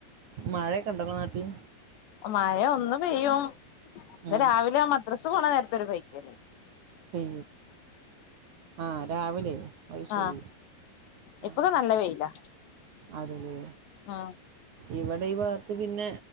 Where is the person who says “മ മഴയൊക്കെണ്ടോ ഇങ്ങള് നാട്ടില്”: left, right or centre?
Right